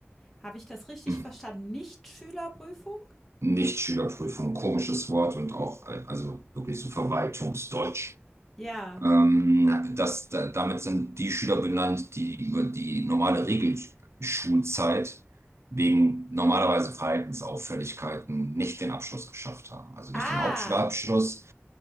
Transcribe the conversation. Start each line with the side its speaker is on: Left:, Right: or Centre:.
Centre: habe ich das richtig
Right: mhm.
Centre: verstanden? Nicht-Schülerprüfung?
Right: nicht Schülerprüfung, komisches Wort und auch, äh, also wirklich so Verwaltungsdeutsch.
Centre: Ja.
Right: Ähm, das, da, damit sind die Schüler benannt, die über die normale Regelschulzeit wegen normalerweise Verhaltensauffälligkeiten nicht den Abschluss geschafft haben. Also
Centre: Ah,
Right: nicht den Hauptschulabschluss.